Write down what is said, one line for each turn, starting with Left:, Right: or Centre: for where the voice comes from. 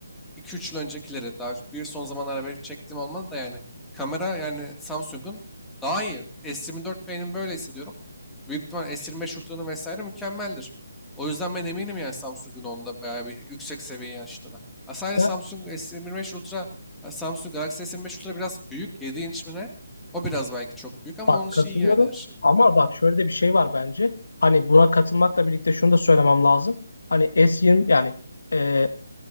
Centre: 2 üç yıl öncekileri daha bir son zamanlarda belki çektiğim olmadı da yani kamera yani Samsung'un daha iyi. S24 benim böyle hissediyorum. Büyük ihtimal S25 Ultra'nın vesaire mükemmeldir. O yüzden ben eminim yani Samsung'un onda bayağı bir yüksek seviyeye açtığına. Ha, sadece
Left: Ya,
Centre: Samsung S25 Ultra, ha, Samsung Galaxy S25 Ultra biraz büyük. yedi inç mi ne? O biraz belki çok büyük ama
Left: bak
Centre: onun işi
Left: katılıyorum
Centre: iyi yani her şey.
Left: ama bak şöyle de bir şey var bence. Hani buna katılmakla birlikte şunu da söylemem lazım. Hani S20 yani e,